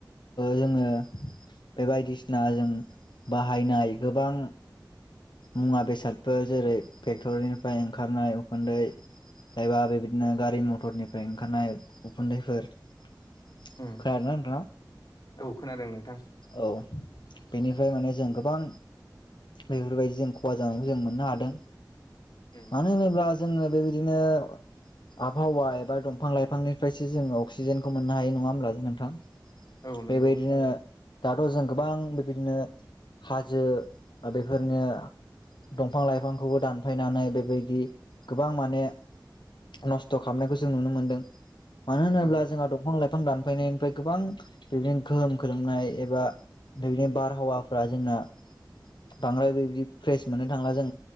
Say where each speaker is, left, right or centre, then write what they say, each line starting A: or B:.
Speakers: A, on the left; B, on the left.
A: जोङो बे बायदिसिना जों बाहायनाय गोबां मुवा बेसादफोर जेरै, फेक्टरिनिफ्राय ओंखारनाय उखुन्दै एबा बेबायदिनो गारि मथरनिफ्राय ओंखारनाय उखुन्दैफोर खोनादोंना
B: उम
A: नोंथाङा?
B: औ खोनादों नोंथां
A: औ बेनिफ्राय माने जों गोबां बेफोरबायदि जों खहा जानायखौ जों मोननो हादों
B: उम
A: मानो होनोब्ला जोङो बेबायदिनो आबहावा एबा दंफां लाइफांनिफ्रायसो जोङो अक्सिजेनखौ मोननो हायो नङा होमब्ला नोंथां
B: औ नंगौ
A: बेबायदिनो दाथ' जों गोबां बेबायदिनो हाजो बेफोरनो दंफां लाइफांखौबो दानफायनानै बेबायदि गोबां माने नस्थ' खालामनायखौ जों नुनो मोनदों मानो होनोब्ला
B: औ
A: जोंहा दंफां लाइफां दानफायनायनिफ्राय गोबां बिदिनो गोहोम खोलोमनाय एबा बेबायदिनो बारहावाफ्रा जोंना बांद्राय बेबायदि फ्रेस मोननो थांला जों